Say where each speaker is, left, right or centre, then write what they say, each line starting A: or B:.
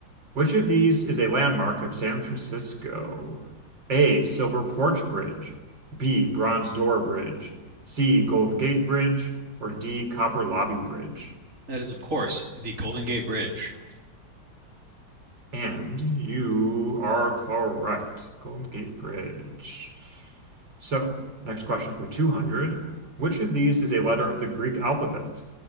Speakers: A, on the right; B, on the right.
A: Which of these is a landmark of San Francisco? A. Silver Porch Bridge. B. Bronze Door Bridge. C. Golden Gate Bridge. Or D. Copper Lobby Bridge.
B: That is, of course, the Golden Gate Bridge.
A: And you are correct. Golden Gate Bridge. So, next question for 200. Which of these is a letter of the Greek alphabet?